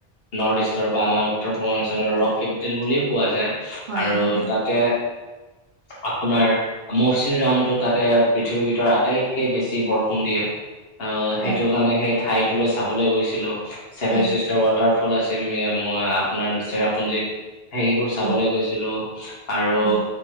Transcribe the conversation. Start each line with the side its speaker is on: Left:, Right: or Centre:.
Left: নৰ্থ ইষ্টৰ পৰা আমাৰ উত্তৰ পূৰ্বাঞ্চলৰ
Right: হয়,
Left: ৰক কেপিটেল বুলিও কোৱা যায়
Right: হয়,
Left: আৰু
Right: হয়,
Left: তাতে আপোনাৰ মৌচিনৰামটো তাতে পৃথিৱীৰ ভিতৰত আটাইতকে বেছি বৰষুণ দিয়ে। অ সেইটোৰ
Right: হয়,
Left: কাৰণে সেই ঠাইটোলৈ চাবলৈ গৈছিলো ছেভেন
Right: হয়,
Left: চিষ্টাৰ ৱা ফল আছে মে মই আপোনাৰ চেৰাপুঞ্জীত, সেইবোৰ চাবলৈ
Right: হয়,
Left: গৈছিলো আৰু
Right: হয়,